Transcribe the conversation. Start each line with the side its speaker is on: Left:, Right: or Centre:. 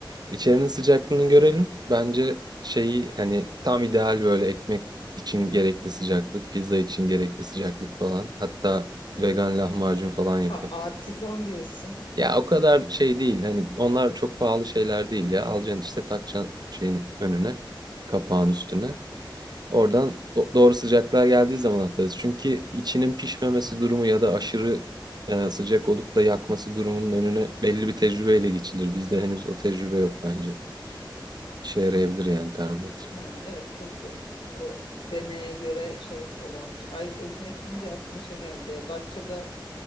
Right: İçerinin sıcaklığını görelim. Bence şeyi hani tam ideal böyle ekmek için gerekli sıcaklık, pizza için gerekli sıcaklık falan. Hatta vegan lahmacun falan
Left: Ha,
Right: yaparız.
Left: artizan diyorsun.
Right: Ya o kadar şey değil. Hani onlar çok pahalı şeyler değil ya. Alacaksın işte takacaksın şeyin önüne, kapağın üstüne. Oradan do- doğru sıcaklığa geldiği zaman atarız. Çünkü içinin pişmemesi durumu ya da aşırı e, sıcak olup da yakması durumunun önüne belli bir tecrübeyle geçilir. Bizde henüz o tecrübe yok bence. İşe yarayabilir yani termometre.
Left: Ha, evet tabii canım. O deneye göre şey olanmış. Ay ekmek deyince aklıma şey geldi ya. Datça'da